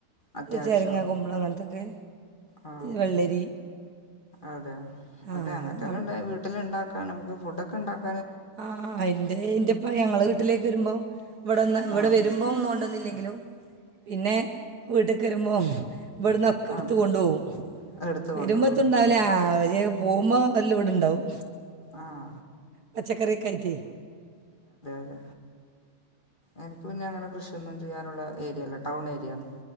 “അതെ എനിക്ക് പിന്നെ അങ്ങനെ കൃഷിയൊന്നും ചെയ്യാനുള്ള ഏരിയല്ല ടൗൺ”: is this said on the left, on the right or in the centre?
Left